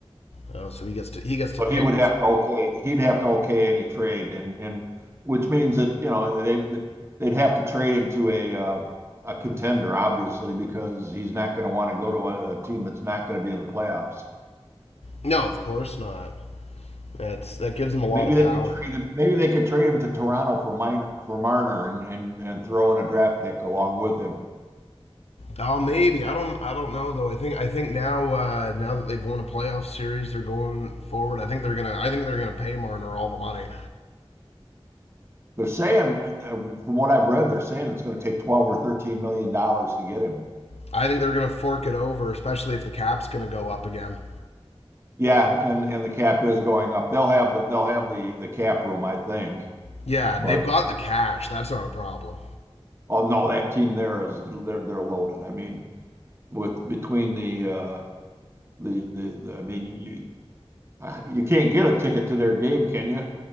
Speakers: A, on the left (about 85°); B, on the right (about 25°).
A: Oh, so he gets to he gets to
B: So
A: pick
B: he would
A: his.
B: have to okay he'd have to okay any trade and and which means that you know they they'd have to trade him to a uh, a contender obviously because he's not going to want to go to a, a team that's not going to be in the playoffs.
A: No, of course not. That's that gives him a lot
B: Maybe
A: of
B: they
A: power.
B: could trade him. Maybe they could trade him to Toronto for minor for Marner and and and throw in a draft pick along with him.
A: Oh, maybe I don't I don't know though. I think I think now uh, now that they've won a playoff series, they're going forward. I think they're gonna I think they're gonna pay Marner all the money.
B: They're saying, uh, from what I've read, they're saying it's going to take twelve or thirteen million dollars to get him.
A: I think they're going to fork it over, especially if the cap's going to go up again.
B: Yeah, and and the cap is going up. They'll have the they'll have the the cap room, I think.
A: Yeah, and
B: But
A: they've got the cash. That's not a problem.
B: oh no, that team there is they're they're loaded. I mean, with between the uh the the, the I mean you uh, you can't get a ticket to their game, can you?